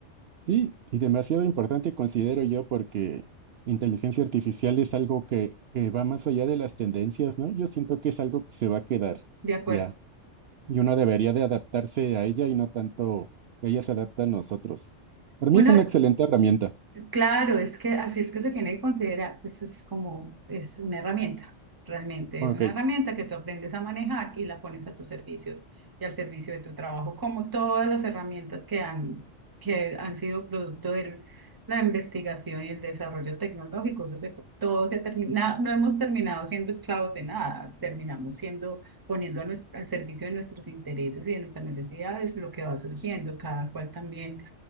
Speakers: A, on the right; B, on the right.
A: Sí, y demasiado importante considero yo porque inteligencia artificial es algo que, que va más allá de las tendencias, ¿no? Yo siento que es algo que se va a quedar
B: De acuerdo.
A: ya y uno debería de adaptarse a ella y no tanto que ella se adapta a nosotros. Para
B: Bueno,
A: mí es una excelente herramienta.
B: Claro, es que así es que se tiene que considerar, pues es como, es una herramienta, realmente
A: Ok,
B: es una herramienta que tú aprendes a manejar y la pones a tu servicio y al servicio de tu trabajo, como todas las herramientas que han, que han sido producto de la investigación y el desarrollo tecnológico. Eso se- todo se ha terminado, no hemos terminado siendo esclavos de nada, terminamos siendo, poniendo a nues- al servicio de nuestros intereses y de nuestras necesidades lo que va surgiendo, cada cual también